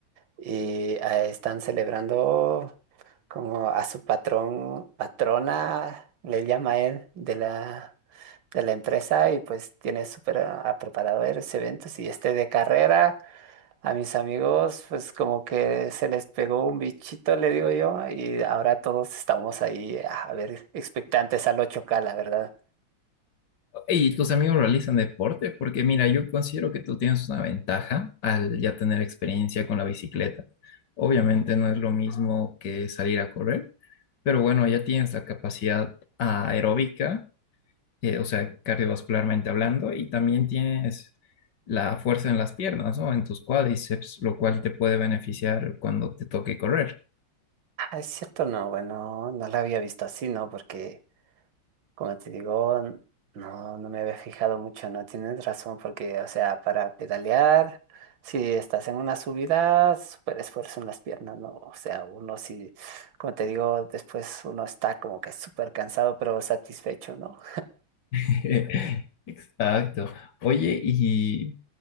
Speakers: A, on the right; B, on the left.
A: Y eh, están celebrando como a su patrón, patrona, le llama él, de la, de la empresa y pues tiene súper a- a preparado varios eventos y este de carrera. A mis amigos, pues como que se les pegó un bichito, le digo yo, y ahora todos estamos ahí, a ver, expectantes al ocho k la verdad.
B: ¿Y tus amigos realizan deporte? Porque mira, yo considero que tú tienes una ventaja al ya tener experiencia con la bicicleta. Obviamente no es lo mismo que salir a correr, pero bueno, ya tienes la capacidad aeróbica eh, o sea, cardiovascularmente hablando, y también tienes la fuerza en las piernas, ¿no? En tus cuádriceps, lo cual te puede beneficiar cuando te toque correr.
A: Ah, Es cierto, no, bueno, no la había visto así, ¿no? Porque, como te digo, n- no, no me había fijado mucho, ¿no? Tienes razón, porque, o sea, para pedalear, si estás en una subida, súper esfuerzo en las piernas, ¿no? O sea, uno sí, como te digo, después uno está como que súper cansado, pero satisfecho, ¿no?
B: <laughs> Exacto. Oye, ¿y